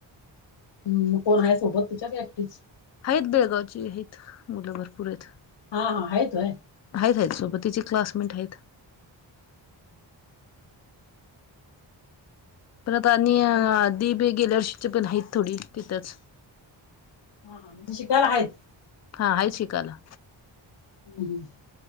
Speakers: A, on the left; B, on the left.
A: हम मग कोण आहे सोबत तुच्या ग क्टी
B: आहेत बेळगावची आहेत मुलं भरपूर आहेत.
A: हा हा आयतोय.
B: आहेत आहेत सोबत तिचे क्लासमेट आहेत. परत आणि
A: आहेत
B: आधी
A: व्हय?
B: बी गेल्यावरष पण आहेतत थोडी तिथेच.
A: हा हा शिकायला आहेत.
B: हा आहे शिकला.
A: हम् हम.